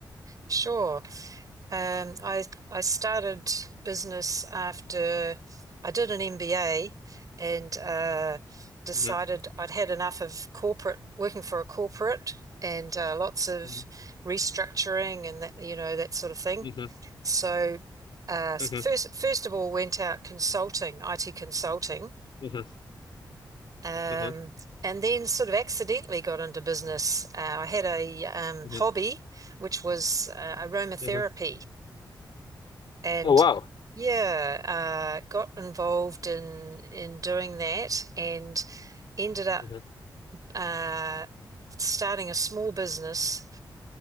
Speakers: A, on the right; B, on the left.
A: Sure. Um, I I started business after I did an MBA and uh, decided
B: Mm-hmm,
A: I'd had enough of corporate working for a corporate and uh, lots of
B: hmm
A: restructuring and that you know that sort of thing.
B: hmm
A: So uh, first
B: hmm
A: first of all went out consulting, IT consulting
B: hmm
A: Um,
B: hmm
A: and then sort of accidentally got into business. Uh, I had a um,
B: hmm
A: hobby, which was uh, aromatherapy,
B: hmm
A: and
B: Oh, wow.
A: yeah, uh, got involved in in doing that, and ended up
B: hmm
A: uh, starting a small business